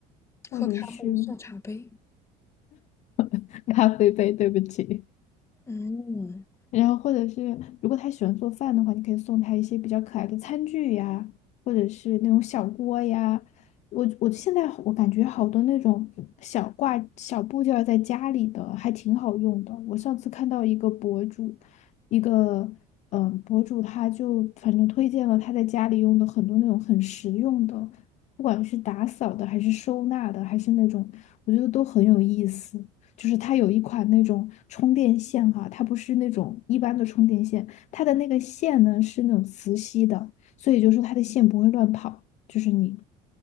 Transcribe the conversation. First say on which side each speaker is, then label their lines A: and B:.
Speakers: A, on the left; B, on the left.
A: 或者是
B: 喝咖啡送茶杯，
A: <laughs> 咖啡杯，对不起。
B: 嗯，
A: 然后或者是如果他喜欢做饭的话，你可以送他一些比较可爱的餐具呀，或者是那种小锅呀。我我现在我感觉好多那种小挂小部件儿在家里的还挺好用的。我上次看到一个博主，一个嗯呃博主他就反正推荐了他在家里用的很多那种很实用的，不管是打扫的还是收纳的，还是那种我觉得都很有意思。就是它有一款那种充电线哈、它不是那种一般的充电线，它的那个线呢是那种磁吸的，所以就是它的线不会乱跑，就是你